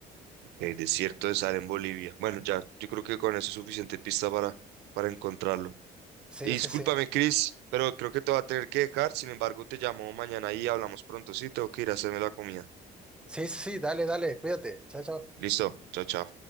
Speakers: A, on the right (about 80°); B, in the centre.
A: El desierto de Sahara en Bolivia. Bueno, ya, yo creo que con eso es suficiente pista para, para encontrarlo.
B: Sí,
A: Y discúlpame,
B: sí, sí.
A: Chris, pero creo que te voy a tener que dejar. Sin embargo, te llamo mañana y hablamos pronto. Sí, tengo que ir a hacerme la comida.
B: Sí, sí, sí, dale, dale, cuídate. Chao, chao.
A: Listo, chao, chao.